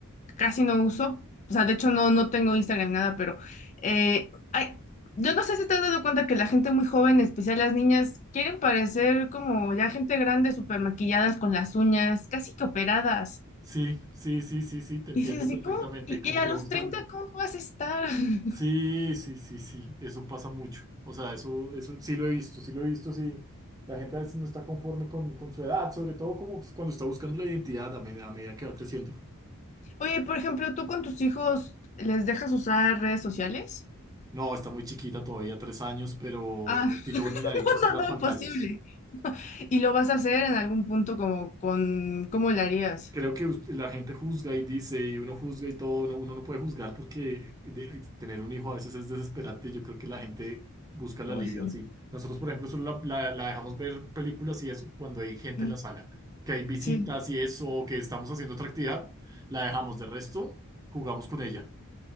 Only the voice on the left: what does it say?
casi no uso. O sea, de hecho no, no tengo Instagram ni nada, pero eh, ay, yo no sé si te has dado cuenta que la gente muy joven, en especial las niñas, quieren parecer como ya gente grande, súper maquilladas con las uñas, casi que operadas.
Y dices así,
¿cómo? Y,
y a
los
30 ¿cómo vas a estar? <laughs>
Oye, por ejemplo, ¿tú con tus hijos les dejas usar redes sociales?
Ah, <laughs>
no,
no, no,
imposible. ¿Y lo vas a hacer en algún punto como con, cómo lo harías?
Oh,
sí.
Mm,
Sí,